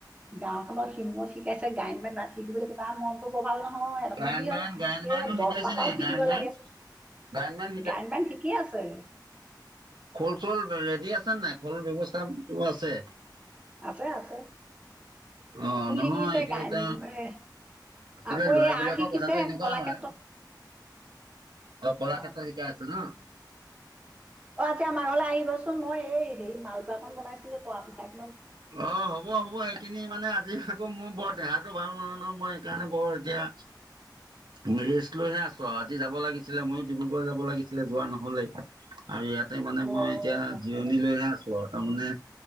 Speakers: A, on the right (about 15°); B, on the right (about 75°).
A: গাঁওখনৰ সিমৰত শিকাইছে, গায়ন বায়ন তাত শিকিবলৈ- তাৰ মনটো ব ভাল নহয় তাৰমানে
B: গায়ন
A: কি
B: বায়ন,
A: হ'ল
B: গায়ন বায়নো
A: এই
B: শিকাইছে
A: দহটা
B: নেকি?
A: পৰাও শিকিব
B: গায়ন বায়ন,
A: লাগে।
B: গায়ন বায়ন
A: গায়ন-বায়ন শিকিয়ে আছে।
B: খোল-চুল ৰেডি আছেনে নাই, খোল ব্যৱস্থাটো আছে?
A: আছে আছে।
B: অঁ
A: খোল
B: নহয়,
A: শিকিছে
B: এইটো
A: গায়ন
B: এটা
A: এ,
B: আচলতে
A: আকৌ
B: ল'ৰা
A: এই আৰ্ট
B: বিলাকৰ
A: শিকিছে
B: কথাটো এনেকুৱা
A: কলাক্ষেত্ৰত
B: হয় কলা
A: অ
B: ক্ষেত্ৰত <unintelligible> আছে ন'।
A: অঁ' আজি আমাৰ ঘৰলৈ আহিবচোন মই এই হেৰি মালপোৱাখন বনাইছিলো তৰা পিঠা
B: অঁ হ'ব হ'ব, সেইখিনি মানে আজি আকৌ মোৰ বৰ দেহাটো ভাল নহয় নহয়, মই সেইকাৰণে বৰ এতিয়া ৰেষ্ট লৈহে আছো আৰু আজি যাব লাগিছিলে মইয়ো ডিব্ৰুগড় যাব লাগিছিলে যোৱা নহ'লে। আৰু ইয়াতে মানে
A: কঁঠাল
B: মই এতিয়া জিৰণি লৈহে আছো আৰু তাৰমানে